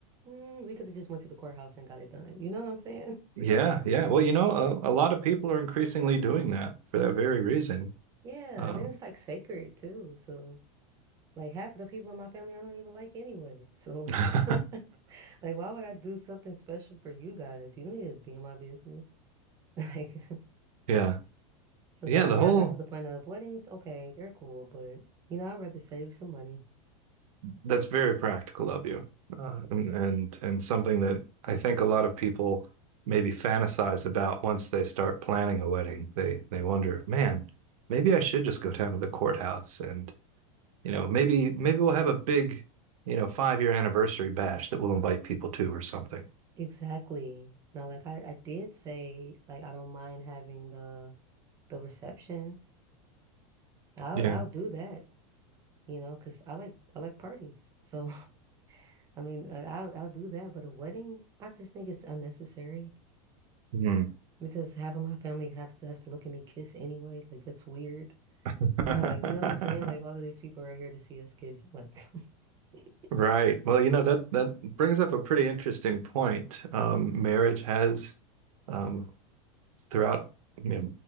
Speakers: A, on the right; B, on the right.
A: mm, we could have just went to the courthouse and got it done. You know what I'm saying? <laughs>
B: Yeah. Yeah. Well, you know, a, a lot of people are increasingly doing that for that very reason.
A: Yeah,
B: Um,
A: and then it's like sacred too. So, like half of the people in my family I don't even like anyway. So,
B: <laughs>
A: <laughs> like, why would I do something special for you guys? You don't need to be in my business. <laughs> Like,
B: yeah.
A: So
B: Yeah.
A: that's
B: The
A: where
B: whole
A: I got to the point of weddings. Okay, they're cool, but you know, I'd rather save some money.
B: that's very practical of you, uh, and, and and something that I think a lot of people maybe fantasize about once they start planning a wedding. They they wonder, man, maybe I should just go down to the courthouse and you know, maybe maybe we'll have a big, you know, five year anniversary bash that we'll invite people to or something.
A: Exactly. Now, like I, I did say, like I don't mind having the the reception. I'll
B: Yeah.
A: I'll do that, you know, because I like I like parties. So <laughs> I mean, I- I'll I'll do that. But a wedding, I just think it's unnecessary
B: Hmm.
A: because half of my family has to, has to look at me kiss anyway. Like that's weird. <laughs>
B: <laughs>
A: Like you know what I'm saying? Like all of these people are here to see us kiss. Like <laughs>
B: Right. Well, you know, that that brings up a pretty interesting point. Um, marriage has um, throughout, you